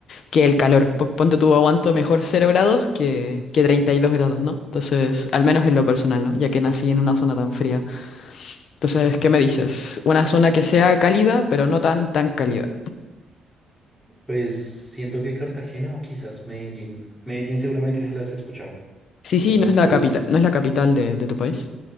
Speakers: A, on the left; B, in the centre.
A: que el calor. Po- Ponte tú aguanto mejor cero grados que, que 32 grados, ¿no? Entonces, al menos en lo personal, ¿no? Ya que nací en una zona tan fría. Entonces, ¿qué me dices? Una zona que sea cálida, pero no tan, tan cálida.
B: Pues siento que Cartagena o quizás Medellín. Medellín seguramente sí las has escuchado.
A: Sí,
B: Entonces,
A: sí, no es la
B: pues
A: capital, no es la capital de, de tu país.